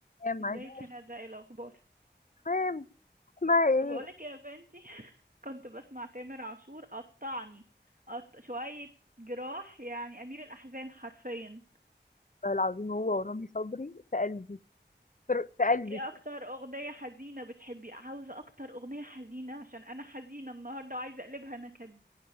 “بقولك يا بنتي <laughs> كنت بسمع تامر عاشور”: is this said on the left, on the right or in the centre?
Right